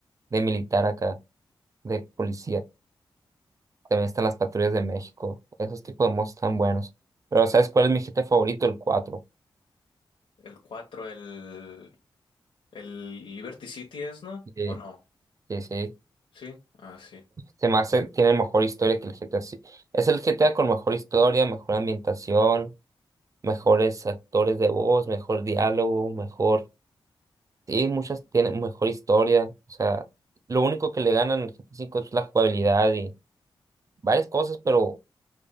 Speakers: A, on the right (about 40°); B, on the left (about 70°).
A: de militar acá, de policía. También están las patrullas de México, esos tipos de mods están buenos. Pero ¿sabes cuál es mi GTA favorito? El cuatro
B: El 4 el, el Liberty City es, ¿no?
A: Sí,
B: ¿O no?
A: sí, sí.
B: Sí, ah, sí.
A: Se me hace, tiene mejor historia que el GTA. sí. Es el GTA con mejor historia, mejor ambientación, mejores actores de voz, mejor diálogo, mejor Sí, muchas tienen mejor historia. O sea, lo único que le ganan al GTA V es la jugabilidad y varias cosas, pero